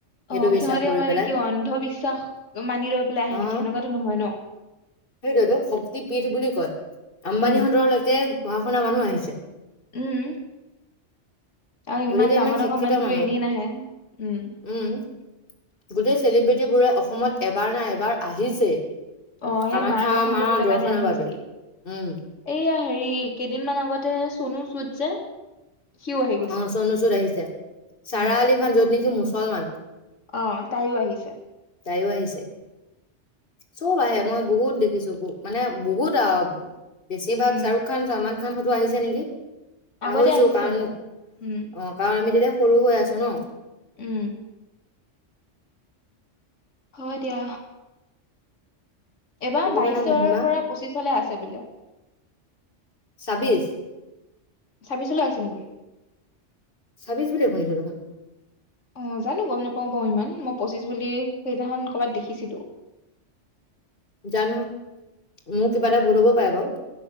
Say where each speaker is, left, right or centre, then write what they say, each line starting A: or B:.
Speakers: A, on the left; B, on the left.
A: সেইটো
B: অ'
A: বিশ্বাস
B: সিহঁতেও
A: কৰি
B: মানে
A: পেলাই
B: কি অন্ধবিশ্বাস মানি লৈ পেলাই আহে
A: অ
B: নেকি সেনেকুৱাতো নহয় ন।
A: সেইটোৱেতো শক্তি পীঠ বুলি কয় আম্বানীহঁতৰলৈকে
B: উম
A: পঢ়া শুনা মানুহ আহিছে।
B: উম'। আৰু ইমান
A: গতিকে
B: ডাঙৰ
A: শিক্ষিত
B: ডাঙৰ মানুহতো
A: মানুহ
B: এনেই নাহে, উম'।
A: উম' গোটেই চেলিব্ৰিটিবোৰে অসমত এবাৰ ন এবাৰ আহিছেই।
B: অ'
A: কামাখ্যা
B: এই মা দৰ্শন
A: মাৰ
B: কৰিবলৈ
A: দৰ্শনৰ
B: কাৰণে আহিছেই।
A: বাবে উম
B: এইয়া হেৰি কেইদিনমান আগতে চনু চুত যে সিও আহি গৈছে
A: অ' চনু চুত আহিছে, চাৰা
B: উম
A: আলী খান য'ত নেকি মুছলমান
B: অ' তাইও আহিছে।
A: তাইয়ো আহিছে। চব আহে মই বহুত দেখিছো ব মানে বহুত আৰু। বেছি ভাগ
B: উম
A: শ্বাহৰুখ খান ছলমান খান হতো আহিছে নেকি। পাহৰিছো
B: আগতে আহিছে
A: কাৰণ
B: চাগে, উম'।
A: অ' কাৰণ আমি তেতিয়া সৰু হৈ আছো ন।
B: উম। হয় দিয়া। এইবাৰ
A: ভগৱানৰ
B: বাইশৰ
A: মহিমা
B: পৰা পঁচিশ লে আছে বোলে।
A: ছাব্বিছ।
B: ছব্বিছলৈ আছে নেকি?
A: ছব্বিছ বুলি শুনিচোন দেখুন।
B: অ জানো গম নাপাও বাউ ইমান মই পঁচিছ বুলি সেইদিনাখন কৰ'বাত দেখিছিলো।
A: জানো মোৰ
B: উম
A: কিবা এটা ভুল হ'ব পাৰে বাৰু।